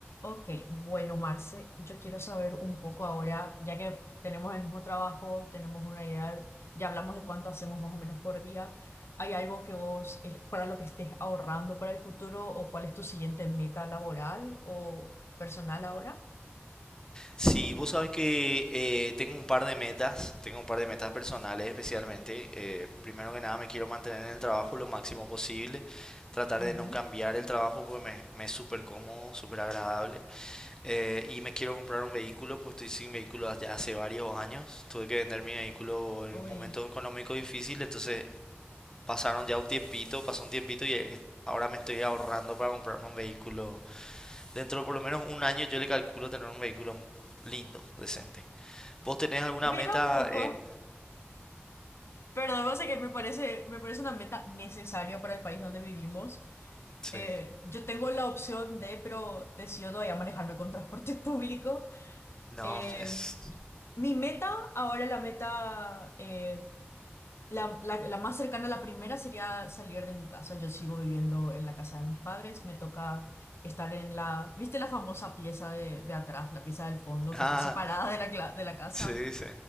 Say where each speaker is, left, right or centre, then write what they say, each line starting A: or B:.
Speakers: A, on the left; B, on the left.
A: Ok, bueno, Marce, yo quiero saber un poco ahora, ya que tenemos el mismo trabajo, tenemos una idea, ya hablamos de cuánto hacemos más o menos por día. ¿Hay algo que vos, eh, para lo que estés ahorrando para el futuro, o cuál es tu siguiente meta laboral o personal ahora?
B: Sí, vos sabés que eh, tengo un par de metas, tengo un par de metas personales especialmente. Eh, primero que nada me quiero mantener en el trabajo lo máximo posible, tratar
A: Ujú.
B: de no cambiar el trabajo porque me, me es súper cómodo, súper agradable. Eh, y me quiero comprar un vehículo, pues estoy sin vehículo ya hace varios años. Tuve que vender mi vehículo en
A: Uy,
B: un momento económico difícil, entonces pasaron ya un tiempito, pasó un tiempito y eh, ahora me estoy ahorrando para comprarme un vehículo. Dentro de por lo menos un año yo le calculo tener un vehículo lindo, decente. ¿Vos tenés alguna
A: mira
B: meta?
A: un poco,
B: eh?
A: perdón, no sé que me parece, me parece una meta necesaria para el país donde vivimos.
B: sí.
A: Eh, yo tengo la opción de, pero decido todavía manejarme con transporte <laughs> público.
B: No,
A: Eh,
B: es... <laughs>
A: Mi meta, ahora la meta, eh, la, la- la más cercana a la primera sería salir de mi casa. Yo sigo viviendo en la casa de mis padres. Me toca estar en la, ¿viste la famosa pieza de, de atrás, la pieza del fondo
B: Ah,
A: que está separada de la, cla- de la casa?
B: sí, sí.